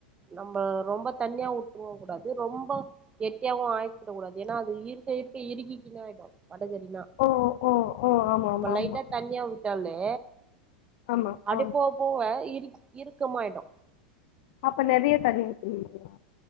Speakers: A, on the right; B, on the left.
A: நம்ம ரொம்ப தன்னியா உட்ரவும் கூடாது ரொம்ப கெட்டியாவு ஆய்க்கிடகூடாது ஏன்னா அது இருக்க இருக்க இருக்கிக்கின்னே ஆயிடு வடகறினா
B: ஓ ஓ ஓ ஆமா ஆமா
A: லைட்டா
B: ஆமா
A: தண்ணியாவிட் சொன்னே
B: ஆமா
A: அப்டே
B: ஆ
A: போபோவ இரு இருக்கமாயிடு
B: அப்ப நெறைய தண்ணி ஊத்தணுங்களா